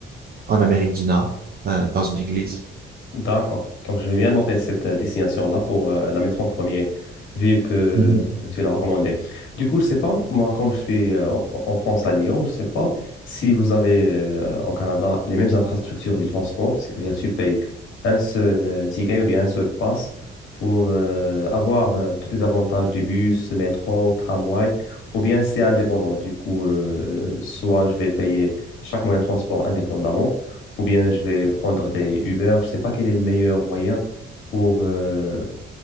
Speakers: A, on the right (about 50°); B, on the left (about 85°).
A: en Amérique du Nord, euh, dans une église.
B: D'accord. Donc, je vais bien noter cette euh, destination-là pour euh, la mettre en premier, vu que
A: Mhm.
B: euh, tu l'as recommandé. Du coup, je sais pas, moi, comme je suis euh, en, Fran- en France à Lyon, je sais pas si vous avez euh, au Canada les mêmes infrastructures du transport, c'est-à-dire tu payes un seul euh, ticket ou bien un seul pass pour euh, avoir euh, tous les avantages du bus, métro, tramway, ou bien c'est indépendant. Du coup, euh, soit je vais payer chaque moyen de transport indépendamment ou bien je vais prendre des Uber. Je sais pas quel est le meilleur moyen pour euh,